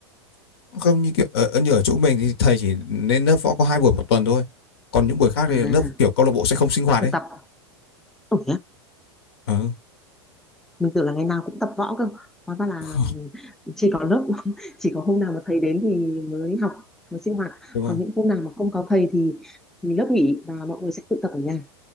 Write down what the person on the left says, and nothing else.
không như kiểu ở, như ở chỗ mình thì thầy chỉ nên lớp võ có hai buổi một tuần thôi còn những buổi khác
thì lớp kiểu câu lạc bộ sẽ không sinh hoạt
đấy
ừ. <laughs>
Không,
đúng rồi